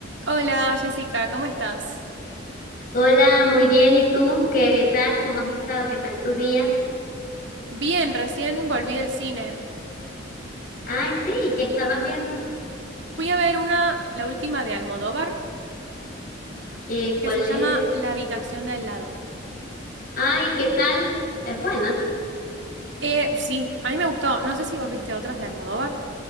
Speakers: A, on the right (about 65°); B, on the left (about 45°).
A: Hola Jessica, ¿cómo estás?
B: Hola, muy bien. ¿Y tú? ¿Qué tal? ¿Cómo has estado? ¿Qué tal tu día?
A: Bien, recién volví del cine.
B: Ay, sí, ¿qué estabas
A: Ujú.
B: viendo?
A: Fui a ver una, la última de Almodóvar,
B: Eh,
A: que
B: ¿cuál
A: se llama
B: es?
A: La habitación de al lado.
B: Ay, ¿qué tal? Es buena.
A: Eh, sí, a mí me gustó. No sé si vos viste otras de Almodóvar.